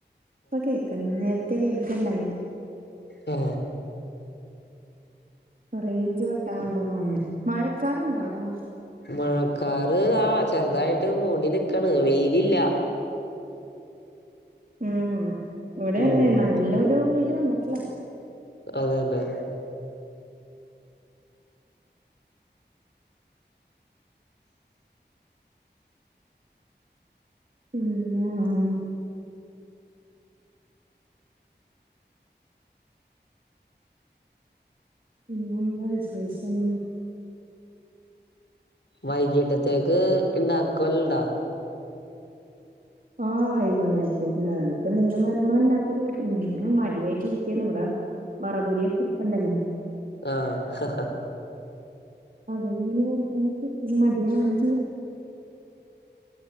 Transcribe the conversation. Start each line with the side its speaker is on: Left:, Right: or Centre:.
Right: ഇപ്പൊ കേക്കണ്ട് നേരത്തെ കേക്കണ്ടയില്ല
Left: മ്മ്ഹ്ഹ്
Right: റേഞ്ച് കട്ടവണുണ്ടെന്നു തോന്നുന്ന് മഴക്കാറുണ്ട അവിടാ
Left: മഴക്കാറ് ആഹ് ചെറുതായിട്ട് മൂടി നൽക്കണ് വെയിലില്ല
Right: ഉഹ് ഇവിടെ
Left: ഉം
Right: അതുതന്നെ നല്ലൊരു വെയില് വന്നിട്ടില്ല
Left: അതെന്നെ
Right: <unintelligible> പിന്നെ എന്താ വിശേഷം
Left: വൈകിട്ടത്തേക്ക് ഇണ്ടാക്കുവൽ ഇണ്ടാ
Right: ആഹ് വൈകുന്നേര്ത്തേക്ക് മോൾക്കെന്തെങ്കിലും വരുമ്പം ഇണ്ടാക്കി കൊടുക്കും ഉമ് മടിയായിട്ട് ഇരിക്കേന്ന് ഇവിടാ വറപൊരിയൊക്കിരിപ്പിണ്ടല്ലാ
Left: ആഹ്
Right: അതന്നെ <unintelligible> കൊടുക്ക വെച്ചിരിക്ക്ന്ന് മടിയ <unintelligible>